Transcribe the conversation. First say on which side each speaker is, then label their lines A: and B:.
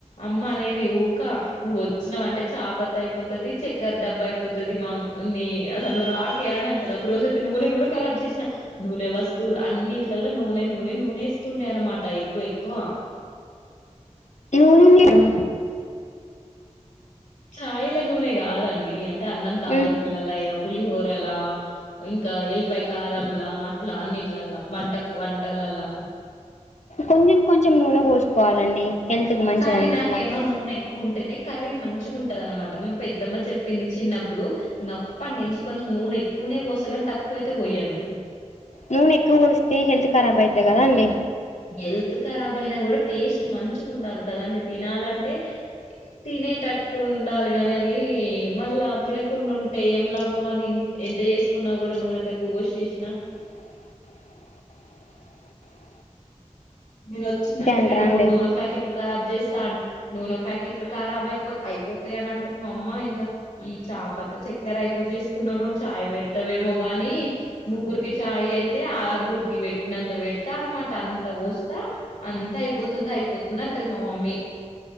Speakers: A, on the left (about 85°); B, on the left (about 70°).
A: అమ్మ అనేది ఊక నువ్వు వచ్చినావంటే చాపత్త అయిపోతాది చెక్క చెక్కెర డబ్బా అయిపోతాది మా నీ అసలు నువ్వు రాకే అని అంటది ఒక రోజు అయితే నూనె కూడా ఖరాబ్ చేసినా నూనె వస్తువులు అన్నిటిలలో నూనె నూనె నూనె వేస్తుండే అనమాట ఎక్కువ ఎక్కువ
B: ఉన్యా ఆ
A: చాయ్ లో నూనె కాదండి అంటే అన్నం తాలింపులలో
B: మ్
A: అయినమ్ పులిహోరలా ఇంకా ఎల్లిపాయ కారంలా అట్లా అన్నిట్లలా వంట వంటల అల్లా
B: కొంచెం కొంచెం నూనె పోసుకోవాలండి హెల్త్కి మంచిదండి
A: కానీ నాకేమో
B: అట్లా
A: నూనె ఎక్కువ ఉంటేనే కర్రీ మంచిగా ఉంటందానమాట మా పెద్దమ్మ చెప్పింది చిన్నప్పుడు ఇంక అప్పటి నుంచి కొంచెం నూనె ఎక్కువనే పోస్తా కాని తక్కువ అయితే పొయ్యాను
B: నూనె ఎక్కువ పోస్తే హెల్త్ కారాబ్ అయితాది కదా అండి
A: హెల్త్ కరాబ్ అయినా కూడా టేస్ట్ మంచిగా ఉండాల కదండి తినాలంటే తినేటట్టు ఉండాలి గాని అది మళ్ళా తినకుండా ఉంటే ఏం లాభం అది ఎంత చేసుకున్నా కూడా నూనె తక్కవ పోసి చేసినా
B: అ
A: నేను వచ్చిండంటే
B: అంటారా
A: రెండు మూడు
B: అండి
A: నూనె ప్యాకెట్లు కారాబ్ చేస్తా అ నూనె ప్యాకెట్లు కారాబ్ అయిపోతా అయిపోతాయ అని అంటుంది మా అమ్మ ఇంకా ఈ చపత చక్కెర అయిపో చేస్తున్నా నువ్ చాయ్ పెడతావేమో గాని ముగ్గురికి చాయ్ అయితే ఆరుగురికి పెట్టినంత పెడిత అనమాట అంత పోస్ అంత అయిపోతుంది అయిపోతుంది అంటుంది మా మమ్మీ